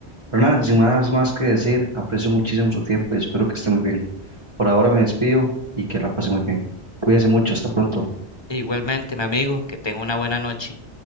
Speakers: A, on the right; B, on the left.
A: Pero nada, sin más, más que decir, aprecio muchísimo su tiempo y espero que esté muy bien. Por ahora me despido y que la pase muy bien. Cuídese mucho, hasta pronto.
B: E Igualmente, mi amigo, que tenga una buena noche.